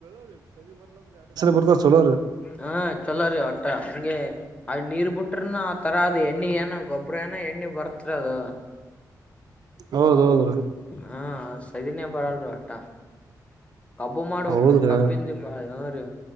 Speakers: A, on the right; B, on the left.
A: ಬರ್ತಾವ ಚಲೋರಿ
B: ಹಾ ಚಲೋ ರೀ ಒಟ್ಟ ಹಂಗೆ ಆ ನೀರ್ ಬಿಟ್ಟ ಬಿಟ್ರನ ಆ ತರ ಅದು ಎಣ್ಣಿ ಏನ ಗೊಬ್ಬ್ರ ಏನೋ ಎಣ್ಣೆ ಬರ್ತ ಅದು
A: ಹೌದೌದುೌದು
B: ಹಾ ಸದನ್ಯ ಬರಲ್ರಿ ಹೊಟ್ಟಾ ಕಬ್ಬು ಮಾಡ್ಬ್ರೀ
A: ಹೌದ್ರಿ
B: ಕಬ್ಬಿಂದಿ ಬಾಳ ಹ ರೀ